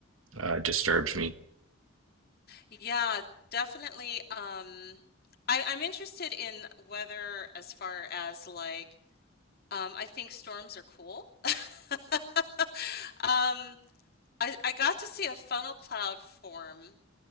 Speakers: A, on the right (about 80°); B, on the left (about 50°).
A: uh, disturbs me.
B: Yeah, definitely. Um I, I'm interested in weather as far as like um I think storms are cool. <laughs> Um I, I got to see a funnel cloud form